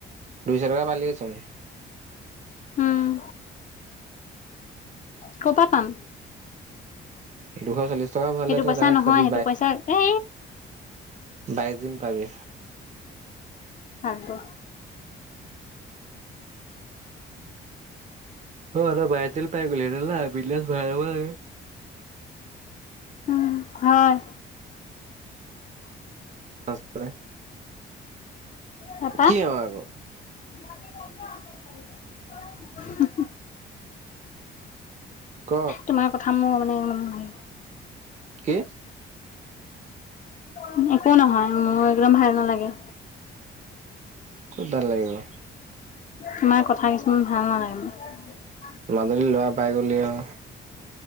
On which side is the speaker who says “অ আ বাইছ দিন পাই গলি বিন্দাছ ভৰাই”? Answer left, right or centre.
Right